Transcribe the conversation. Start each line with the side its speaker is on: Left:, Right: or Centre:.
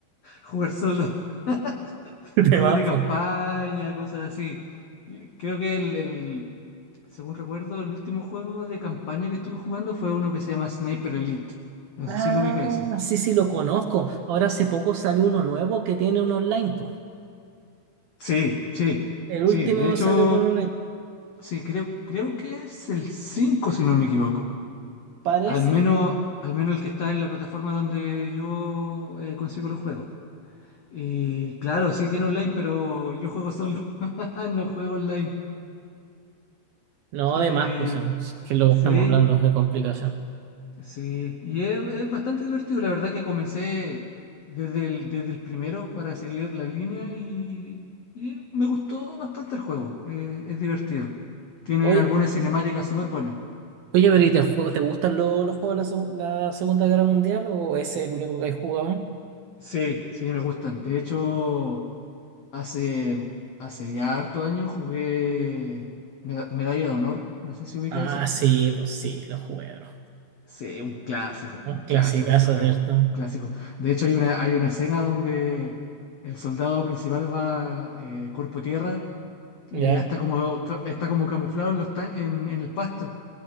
Left: jugar solo, <laughs>
Right: <laughs> te
Left: juegos
Right: vas,
Left: de campaña,
Right: pues.
Left: cosas así. Y Creo que el, el- según recuerdo, el último juego de campaña que estuve jugando fue uno que se llama Sniper Elite. No
Right: Ah,
Left: sé si lo ubica ese.
Right: sí, sí, lo conozco. Ahora hace poco salió uno nuevo que tiene un online, pues.
Left: Sí, sí,
Right: El último
Left: sí. De hecho,
Right: salió con online,
Left: sí, creo, creo que es el 5 si no me equivoco.
Right: parece.
Left: Al menos, al menos el que está en la plataforma donde yo eh, consigo los juegos. Y claro, sí tiene online, pero yo juego solo. <laughs> No juego online.
Right: No,
Left: Y
Right: además, pues, eh, si es que lo
Left: sí,
Right: que estamos hablando es de complicación.
Left: Sí, y es, es bastante divertido. La verdad que comencé desde el, desde el primero para seguir la línea y, y me gustó bastante el juego. Eh, es divertido. Tiene
Right: Oye,
Left: algunas cinemáticas súper buenas.
Right: oye, Bri, ¿te, ju- te gustan lo- los juegos de la, seg- la Segunda Guerra Mundial o ese es el único que he jugado?
Left: Sí, sí, me gustan. De hecho, hace, hace ya harto años jugué Meda- Medalla de Honor. No sé si ubica
Right: Ah,
Left: ese.
Right: sí, pues sí, los jugué, bro.
Left: Sí, un clásico,
Right: Un
Left: un clásico
Right: clasicazo,
Left: ese juego,
Right: ¿cierto?
Left: clásico. De hecho, hay una, hay una escena donde el soldado principal va eh, cuerpo a tierra y
Right: Ya,
Left: está como, está como camuflado en, los tan- en, en el pasto.